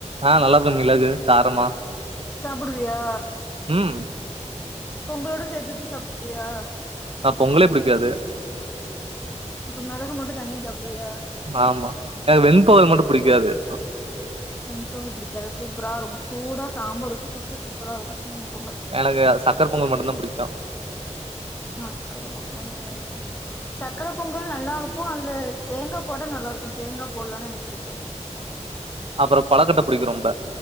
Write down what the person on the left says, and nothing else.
சாப்புடுவியா
பொங்களோட சேத்து வச்சு சாப்ட்ருவியா
அப்ப மிளகு மட்டு தனியா சாப்டுவியா
பெண்பொங்கல் பிடிக்காதா சூப்பரா இருக்கு சூடா சாம்பார் வச்சு சாப்ட்டா சூப்பரா இருக்கு பொங்கல்
சக்கர பொங்கலு சக்கர பொங்கல் நல்லா இருக்கு அதுல தேங்கா போட்ட நல்லா இருக்கு தேங்கா போட்லன்னா எனக்கு புடிக்காது